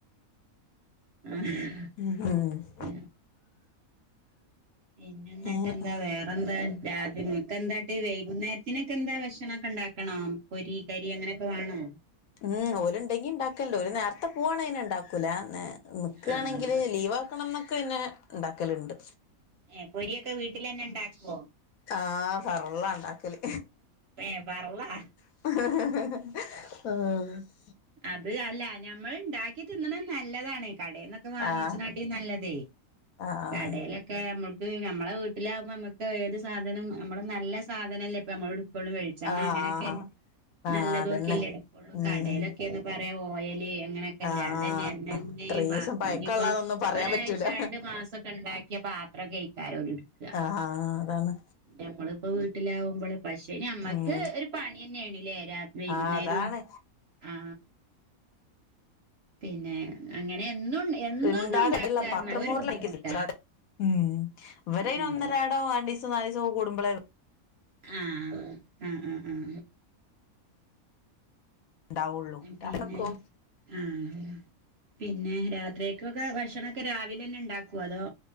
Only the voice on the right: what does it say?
ആഹ
ആ പിന്നെ എന്നിട്ട്
എന്താ വേറെ എന്താ രാത്രികക്ക്ന്താ വൈകുന്നേരത്തിനൊക്കെ എന്താ ഭക്ഷണക്കെ ഉണ്ടാകണ്ടേ പൊരി കരി അങ്ങനെയൊക്കെ വേണോ
ആഹ്
ഏ പൊരിയൊക്കെ വീട്ടിൽ തന്നെ ഉണ്ടാക്കുവോ.
ഏ ഫർള്ളാ
അത് അല്ല ഞമ്മൾ ഉണ്ടാക്കി തിന്നണ നല്ലതാണ കട വാങ്ങിച്ച
നാട്ട നല്ലതേ
കടലൊക്കെ ഒക്കെ നമ്മുക്ക് നമ്മളെ വീട്ടിലാാവുമ്പോ നമ്മുക്ക് ഏത് സാധനം നമ്മള് നല്ല സാധനല്ലേ ഇപ്പ നമ്മള വെളിച്ചെണ്ണ
അങ്ങനൊക്കെ
നല്ലതോക്കിയല്ല
ഇട് കൊള്ളൂ
കടയിലൊക്കെ പഴയാ ഓയല് അങ്ങനെ
അതന്നെ എന്നന്നപ്പോ
ഒരാഴ്ച
രണ്ട് മാസൊക്കെ ഉണ്ടാക്കിയ പാത്രം കഴ ടുക്ക
നമ്മളിപ്പോ വീട്ടിലാവുമ്പോ പ നമ്മക്ക്
ഒരു പണി തന്നെയണല്ലേ രാത് വൈകുന്നേരം
ആ പിന്നെ അങ്ങനെ എന്നും എന്നന്നും
ഉണ്ടാക്കരഞ്ഞ
ഒരു
ബുദ്ധിമുട്ടാ
ഉം
ആഹ ആഹ ആ ഉ
പിന്നെ ആഹ പിന്നെ രാത്രിക്കൊക്കെ ഭക്ഷണംക്കെ രാവിലെ തന്നെ ഉണ്ടാക്കൂ അതോ